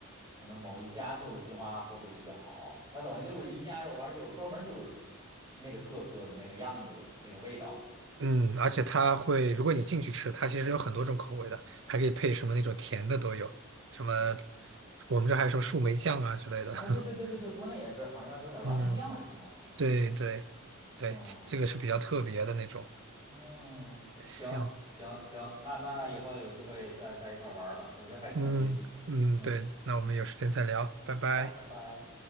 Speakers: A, on the right (about 20°); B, on the right (about 55°).
A: 可能某一家做的金华火腿比较好，它等于就是一家肉丸就是专门就是那个特色的那个样子，那个味道
B: 嗯，而且它会，如果你进去吃，它其实有很多种口味的，还可以配什么那种甜的都有，什么我们这还有什么树莓酱啊之类的。
A: 啊，
B: <laughs>
A: 对对对对对，国内也是，好像有点蓝莓酱是什么玩意儿的那种，
B: 嗯，对对对，
A: 嗯
B: 这个是比较特别的那种。
A: 嗯，
B: 行，
A: 行行行，那那那以后有机会再再一块儿玩儿吧，我觉得还挺有意思的，
B: 嗯嗯，
A: 嗯嗯，
B: 对，那我们有时间再聊，拜拜。
A: 好，拜拜。